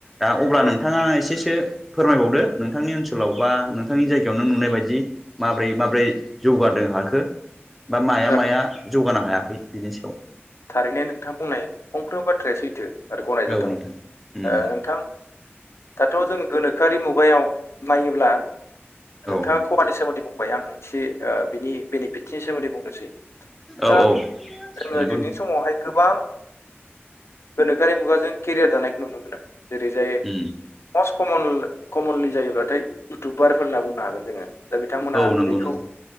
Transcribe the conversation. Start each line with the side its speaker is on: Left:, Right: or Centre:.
Centre: दा अब्ला
Left: औ
Centre: नोंथाङा एसेसो फोरमायबावदो नोंथांनि ओनसोलाव बा नोंथांनि जायगायाव नों नुनाय बायदि माब्रै माबोरै जौगादों हाखो बा माया
Left: जा
Centre: माया जौगानो हायाखै बिनि सायाव
Left: थारैनो नोंथां बुंनाय फंफ्रोमबो बाथ्राया सैथो आरो गनायजाथाव
Centre: औ नोंथां उम
Left: ओ नोंथां दाथ जों गोनोखोआरि मुगायाव नायोब्ला
Centre: औ
Left: नोंथाङा खब मानि सोमोन्दै बुंबाय आङो एसे बिनि बेनिफिटनि सोमोन्दै बुंनोसै दा
Centre: औ औ
Left: जोङो
Centre: नंगौ
Left: दिनैनि समावहाय गोबां गोनोखोआरि मुगाजों केरियार दानायखौ नुनो मोनो जेरै जाय
Centre: उम
Left: मस्ट कम कमनलि जायोब्लाथाय इउटुबारफोर होनना बुंनो हागोन जोङो दा बिथांमोना
Centre: औ नंगौ
Left: बेखौ
Centre: नंगौ